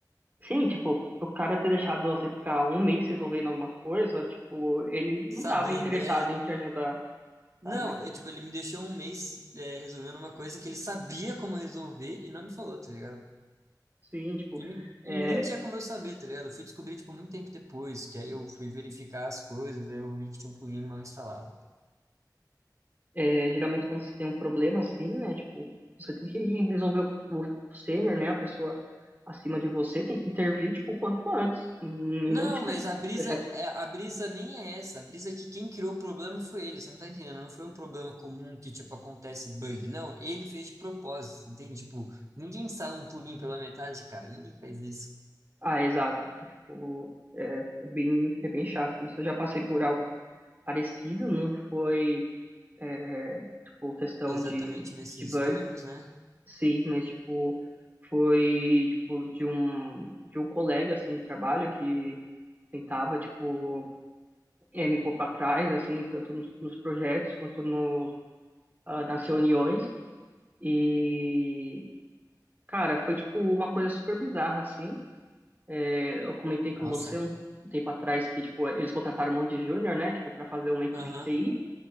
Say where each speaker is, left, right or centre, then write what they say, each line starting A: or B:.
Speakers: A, on the right; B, on the right.
A: sim, tipo, o cara ter deixado você ficar um mês resolvendo alguma coisa, tipo, ele não
B: Sabendo,
A: tava interessado
B: é...
A: em te ajudar,
B: Não,
A: sabe?
B: é, tipo, ele me deixou um mês, é, resolvendo uma coisa que ele sabia como resolver e não me falou, tá ligado?
A: Sim, tipo.
B: E,
A: é.
B: e nem tinha como eu saber, tá ligado? Eu fui descobrir, tipo, muito tempo depois, que aí eu fui verificar as coisas, aí eu vi que tinha um plugin mal instalado.
A: É, geralmente quando você tem um problema assim, né? Tipo, você tem que ir resolver o, o sênior, né? A pessoa acima de você tem que intervir, tipo, o quanto antes. hum,
B: Não,
A: E não te
B: mas a brisa,
A: deixar... des-
B: é- a brisa nem é essa. A brisa é que quem criou o problema foi ele. Você não tá entendendo? Não foi um problema comum que, tipo, acontece bug. Não, ele fez de propósito, entende? Tipo, ninguém instala um plugin pela metade, cara. Ninguém faz isso.
A: Ah, exato. É, tipo, é, é bem, é bem chato. Isso eu já passei por algo parecido, não foi, é, tipo, questão
B: Exatamente
A: de,
B: nesses
A: de bug,
B: termos, né?
A: sim, mas, tipo, foi, tipo, de um, de um colega, assim, de trabalho que tentava, tipo eh, me pôr para trás, assim, tanto nos, nos projetos quanto no, ah, nas reuniões. E, cara, foi, tipo, uma coisa super bizarra, assim. Eh, eu comentei com
B: Nossa.
A: você um tempo atrás que, tipo, eles contrataram um monte de júnior, né, tipo, para fazer uma equipe
B: Aham.
A: de TI.